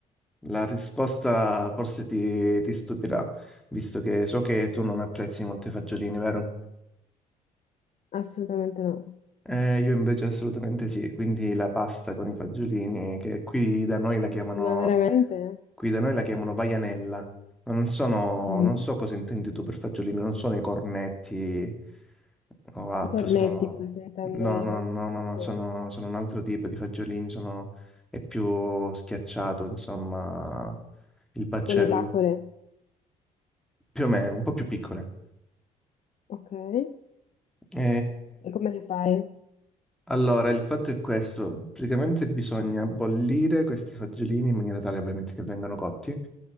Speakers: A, in the centre; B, on the left.
A: la risposta forse ti, ti stupirà, visto che so che tu non apprezzi molto i fagiolini, vero?
B: Assolutamente no.
A: Eh, io invece assolutamente sì, quindi la pasta con i fagiolini, che qui da noi la chiamano,
B: Ma veramente?
A: qui da noi la chiamano vaianella. Non sono,
B: Mm.
A: non so cosa intendi tu per fagiolini, non sono i cornetti o altro,
B: I cornetti,
A: sono...
B: forse intendo
A: No,
B: io.
A: no, no, no,
B: Sì.
A: no, sono, sono un altro tipo di fagiolini, sono... è più schiacciato, insomma, il baccello,
B: Tipo le tacole.
A: più o meno, un po' più piccole.
B: Ok. E
A: E
B: come le fai?
A: Allora, il fatto è questo, praticamente bisogna bollire questi fagiolini in maniera tale ovviamente che vengano cotti